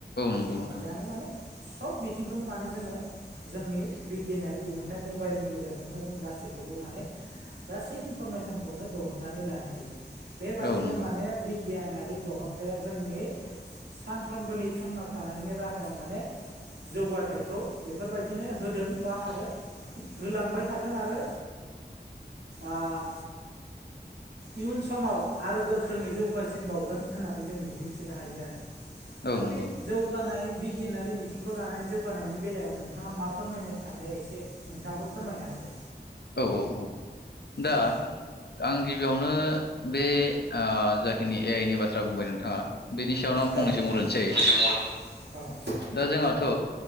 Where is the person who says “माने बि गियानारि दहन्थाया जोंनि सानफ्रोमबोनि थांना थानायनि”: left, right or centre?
Right